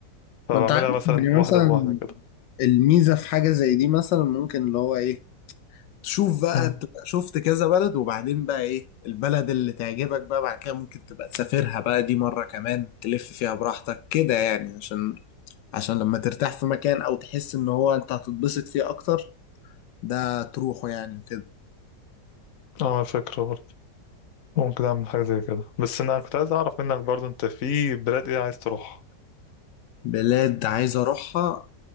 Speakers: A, on the left (about 55°); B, on the left (about 80°).
A: فبعملها
B: ما انت عارف
A: مثلا
B: يعني
A: واحده
B: مثلا
A: بواحده كده
B: الميزة في حاجة زي دي مثلا ممكن اللي هو ايه تشوف بقى
A: امم
B: تبقى شفت كذا بلد وبعدين بقى ايه البلد اللي تعجبك بقى بعد كده ممكن تبقى تسافرها بقى دي مرة كمان تلف فيها براحتك كده يعني عشان عشان لما ترتاح في مكان او تحس ان هو انت هتتبسط فيه اكتر ده تروحه يعني وكده
A: اه فكره برضه ممكن اعمل حاجه زي كده بس انا كنت عايز اعرف منك برضه انت في بلاد ايه عايز تروح
B: بلاد عايز اروحها